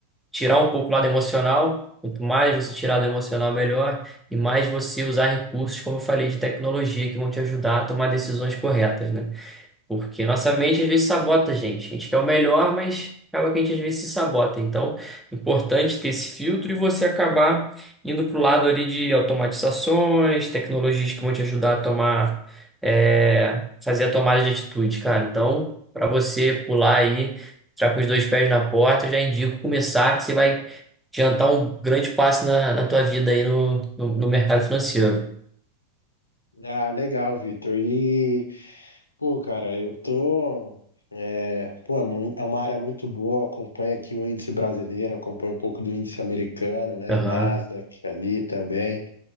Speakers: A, in the centre; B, on the left.
A: tirar um pouco o lado emocional. Quanto mais você tirar do emocional, melhor. E mais você usar recursos, como eu falei, de tecnologia que vão te ajudar a tomar decisões corretas, né? Porque nossa mente às vezes sabota a gente. A gente quer o melhor, mas acaba que a gente às vezes se sabota. Então, é importante ter esse filtro e você acabar indo para o lado ali de automatizações, tecnologias que vão te ajudar a tomar, é, fazer a tomada de atitude, cara. Então, para você pular aí, entrar com os dois pés na porta, eu já indico começar, que você vai adiantar um grande passo na, na tua vida aí no, no, no mercado financeiro.
B: Ah, legal, Vitor. E, pô, cara, eu tô. é, Pô, é mui- é uma área muito boa, acompanha aqui o índice brasileiro, acompanha um pouco do índice americano, né?
A: Aham.
B: Nasdaq ali também.